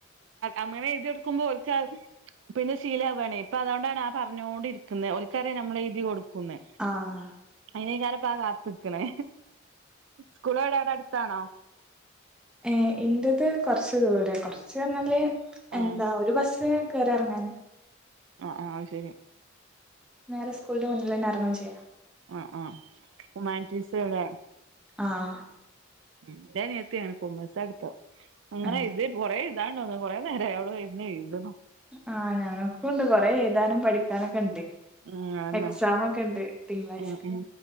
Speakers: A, on the right; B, in the centre.
A: അങ്ങനെ ഇത് എടുക്കുമ്പോ ഒളിച്ച പിന്നെ ശീല വേണേ ഇപ്പൊ അതൊണ്ട ആ പറഞ്ഞുകോണ്ടിരിക്കുന്നത് ഉൽക്കാരെ നമ്മൾ എഴുതി കൊടുക്ക ക്കുന്നെ
B: ആഹ്
A: അയിനെയ്ന് ആരപ്പാ ആഹ് കാത്ക്ണേ സ്കൂള എവിടെ അടുത്താണോ
B: ഏഹ് എന്റത് കൊറച്ചു ദൂര കൊറച്ച് പറഞ്ഞാല്
A: ആഹ്
B: എന്താ ഒരു ബസ് കേറി ഇറങ്ങാന്
A: ആഹ് ആഹ് അത് ശരി
B: നേരെ സ്കൂളിന്റെ മുന്നിലന്നെ ഇറങ്ങുകേം ചെയ്യാം
A: ആഹ് ആഹ് ഹുമാൻറ്റീസവിടെ
B: ആഹ്
A: ന്റെ അനിയത്തി കോമേഴ്‌സ് എടുത്തെ അങ്ങനെ
B: ഏഹ്
A: ഇത് കോറേ ഇതാണ്ടോന്ന് കുറെ നേരായി അവിടെ <unintelligible>
B: ആഹ് ഞങ്ങൾക്കു ഒണ്ട് കൊറെ എഴുതാനും പഠിക്കാനൊക്കെ
A: ഉം അതന്നെ
B: എക്സമൊക്കെ ഉണ്ട് തിങ്കളാഴ്ച
A: ഉം ഉം